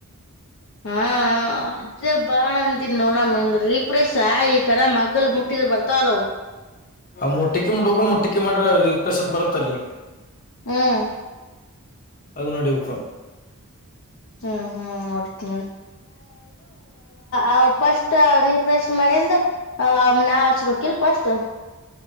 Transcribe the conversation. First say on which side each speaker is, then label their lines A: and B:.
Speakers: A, on the left; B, on the left.
A: ಹ್ಮ ಮತ್ತೆ ಬಾ ಅಂದಿ ನೋಣಮನ್ ಪ್ರಸ ಈ ತರ ಮಲ್ ಮುಟ್ಟಿದ್ರ ಬರ್ತಾವಲವು
B: ಮುಟ್ಟಿಕ ಮುಟ್ಟ ಹೋಗ ಮುಟ್ಟಿಕೆ ಮಾಡ್ರ ರಿಪ್ರಸನ್ಟ್ ಬರತ್ತಲ್ಲಿ
A: ಹ್ಮ್
B: ಅದು ನೋಡಿಬೇಕಪ್ಪ
A: ಹ್ಮ್ ಹ್ಮ್ ನಡ್ತೀ ಅದು ಪಫಸ್ಟ್ ರರಿಫ್ರೆಶ್ ಮಾಡಿಂದ ಹೌ ಅ ನ ವಕೀಲ ಸ್ಪಷ್ಟ